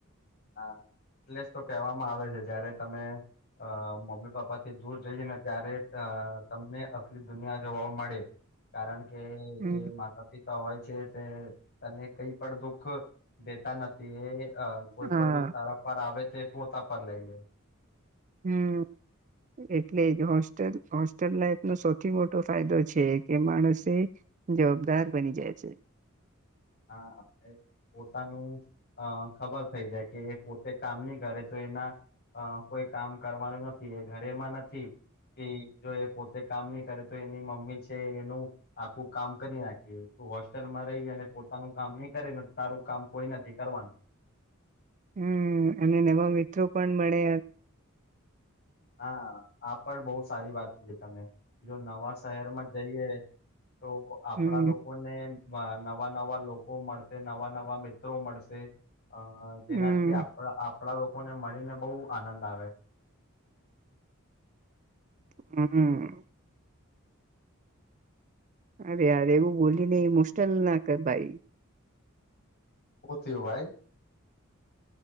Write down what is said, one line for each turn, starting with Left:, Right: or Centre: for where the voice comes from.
Left: હા એટલે તો કેહેવામાં આવે છે જયારે તમે મમ્મી પપ્પા થી દૂર જઈએ ને ત્યારે તમને અસલી દુનિયા જોવા મળે કારણ કે
Right: હમ
Left: કે જે માતા પિતા હોય છે તે તને કઈ પણ દુખ દેતા નથી એ કોઈ
Right: હા
Left: પણ જો સારા પાર આવે. તે પોતા પર લઈને.
Right: હમ એટલે જ હોસ્ટેલ હોસ્ટેલ લાઈફનો સૌથી મોટો ફાયદો છે કે માણસે જવાબદાર બની જાય છે.
Left: હા પોતાનું ખબર થઇ જાય કે એ પોતે કામ નહી કરે તો એના કોઈ કામ કરવાનું નથી એ ઘરેમાં નથી કે જો એ પોતે કામ નહી કરે તો એની મમ્મી છે એનું આખું કામ કરી નાખે હોસ્ટેલમાં રહી અને નું કામ નહી કરેને તારું કામ કોઈ નથી કરવાનું.
Right: હમ અને એમાં મિત્રો પણ મળ્યા
Left: હા આ પણ બહુ સારી વાત કરી તમે. જો નવા શહેર માં જઈએ. તો આપણા
Right: હમ
Left: લોકોને નવા નવા લોકો મળશે નવા નવા મિત્રો મળશે. અ જેનાથી
Right: હમ
Left: આપ આપડા લોકો ને મળીને બહુ આનંદ આવે.
Right: હમ્મ. અરેયાર એવું બોલીને મુશ્કેલ ના કર ભાઈ.
Left: હું થયું ભાઈ.